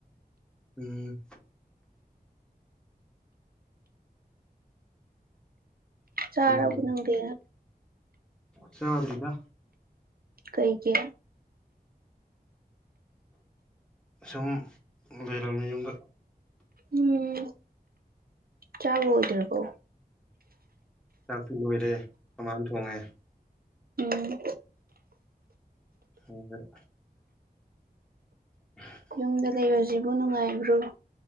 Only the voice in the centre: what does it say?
ꯎꯝ
ꯀꯩꯅꯣꯗꯤ
ꯆꯥꯗ꯭ꯔꯤꯗ꯫
ꯁꯨꯝ ꯂꯩꯔꯝꯃꯤ ꯌꯨꯝꯗ꯫
ꯆꯥꯛꯇꯤ ꯂꯣꯏꯔꯦ ꯃꯃꯥꯅ ꯊꯣꯡꯉꯦ꯫
ꯍꯥꯎꯒꯦꯔ꯫ <unintelligible>